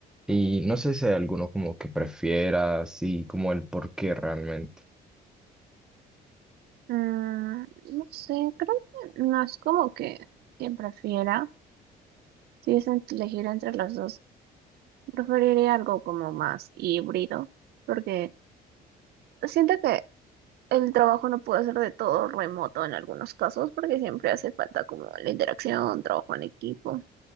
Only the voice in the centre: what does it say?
Y no sé si hay alguno como que prefieras y como el por qué realmente.